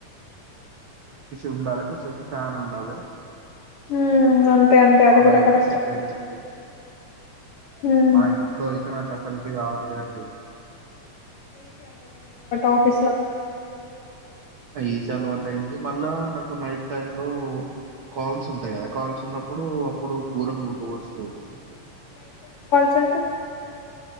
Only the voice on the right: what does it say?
ండాలి కొం ఫాన్ ఉండాలి
అలా
అయితే
సట్ అయిపోతు
మా ఇంట్లో అయితే నాకు అసలుకి కావట్లేదండి
ఈస అలవాటు అయింది మళ్ళా నాకు నైట్ టైమ్ లో కాల్స్ ఉంటాయి కదా కాల్చ ఉన్నప్పుడు అప్పుడు ూరం ముందుకు వస్తుంది